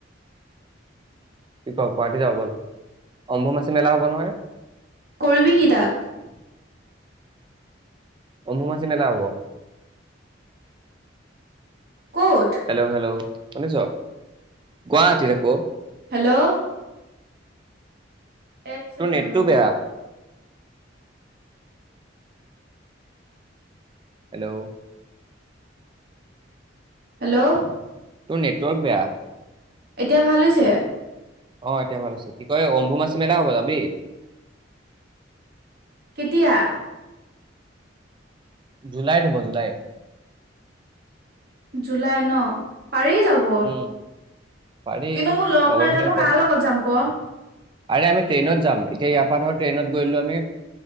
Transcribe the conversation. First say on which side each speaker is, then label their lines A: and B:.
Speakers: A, on the right; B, on the right.
A: কি ক গুৱাহাটী যাও ব'ল ।
B: কৰিবি কি তাত।
A: অম্বুবাচী মেলা হ'ব।
B: ক'ত
A: হেল্ল' হেল্ল' শুনিছ গুৱাহাটীৰে ক
B: হেল্ল' এক ছেকেণ্ড
A: তোৰ নেটটো
B: ৰবি
A: বেয়া। হেল্ল'
B: হেল্ল'
A: তোৰ নেটৱৰ্ক বেয়া
B: এতিয়া ভাল হৈছে।
A: অ এতিয়া ভাল হৈছে কি কয় অম্বোমাছ মেলা হ'ব যাবি।
B: কেতিয়া
A: জুলাইত হব জুলাইত।
B: জুলাই ন। পাৰি যাব
A: উম পাৰি
B: কিন্তু মোৰ লগ
A: লগৰ
B: নাই
A: খিনিকো
B: যে মই
A: কম।
B: কাৰ লগত যাম ক।
A: আৰে আমি ট্ৰেইনত যাম এতিয়া ইয়াৰ পৰা ধৰ ট্ৰেইনত গৈলো আমি